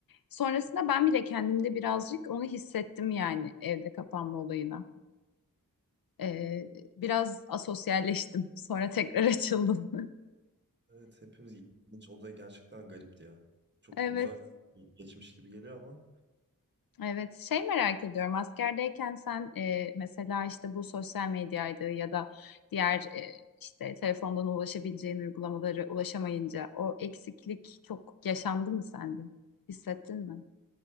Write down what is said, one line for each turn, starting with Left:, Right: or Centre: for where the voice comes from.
Left: Sonrasında ben bile kendimde birazcık onu hissettim yani evde kapanma olayına. Ee, biraz asosyalleştim. Sonra tekrar <laughs> açıldım.
Right: Evet hepimiz ilginç. O da gerçekten garipti ya. Çok
Left: Evet,
Right: uzak bir geçmiş gibi geliyor ama
Left: evet. Şey merak ediyorum. Askerdeyken sen e, mesela işte bu sosyal medyaydı ya da diğer e, işte telefondan ulaşabileceğin uygulamaları ulaşamayınca o eksiklik çok yaşandı mı sende? Hissettin mi?